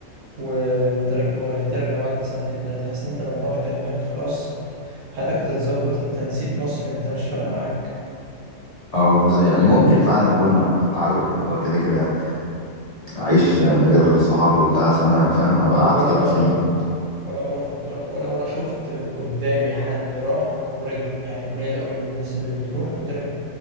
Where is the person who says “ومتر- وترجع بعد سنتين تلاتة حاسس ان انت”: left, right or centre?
Right